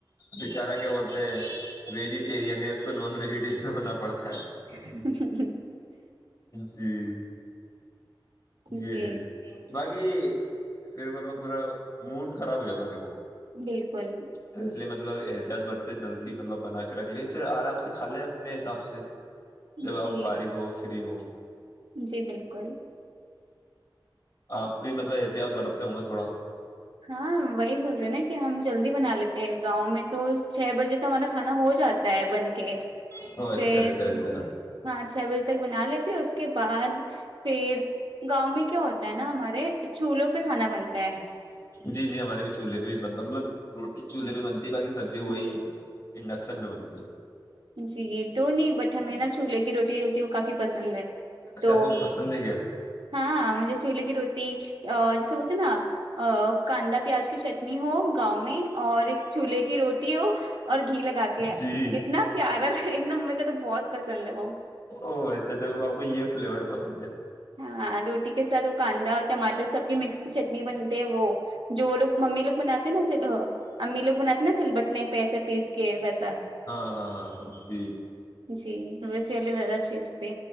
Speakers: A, on the left; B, on the right.
A: بیچارہ کیا بولتے ہیں ویجیٹییرن ہے اس کو نان ویجیٹییرن ہونا پڑتا ہے
B: چ <unintelligible>
A: جی یہ
B: جی
A: ہے باقی پھر مطلب پورا مڈ خراب ہو جاتا دیکھو
B: بالکل
A: تو اس لیے مطلب احتیاط برتے جلدی مطلب بنا کے رکھ لے پھر آرام سے کھا لیں اپنے حساب سے
B: جی
A: جب آپ فارغ ہو فری ہو
B: جی بالکل
A: آپ بھی مطلب احتیاط برتتے ہوں گے تھوڑا
B: ہاں وہی بول رہے ہیں نا کہ ہم جلدی بنا لیتے ہیں گاؤں میں تو چھ بجے تو ہمارا کھانا ہو جاتا ہے بن کے
A: او اچھا
B: پھر
A: اچھا اچھا
B: ہاں چھ بجے تک بنا لیتے اس کے بعد پھر گاؤں میں کیا ہوتا ہے نا ہمارے چولہوں پہ کھانا بنتا ہے
A: جی جی ہمارے بھی چولہے پہ بھی بنتا مطلب روٹی چولہ پہ بنتی ہے باقی سبزی وہی
B: جی
A: انڈکشن بھی بنتی ہے
B: جی تو نہیں بٹ ہمیں نا چولہے کی روٹی ہوتی ہے وہ کافی پسند ہے
A: اچھا
B: تو
A: خوب پسند ہے کیا
B: ہاں مجھے چولی کی روٹی جیسے بولتے ہیں نا کاندا پیاز کی چٹنی ہو گاؤں میں اور ایک چولہے کی روٹی ہو اور گھی لگا کے
A: جی
B: کتنا پیارا لے کو تو بہت پسند ہے وہ
A: ا چھا بپو یہ فلیورڈ پسن ہے
B: ہاں روٹی کے ساتھ وہ کاندا ٹماٹر سب کی مکس کی چٹنی بنتے ہیں وہ جو لوگ ممی لوگ بناتے ہیں نا س امی لوگ بناتے نا سل بٹنے پیسے پیس کے ویسا
A: ہاں ہاں ہاں جی
B: جی ویسے ال زدہ چز پہ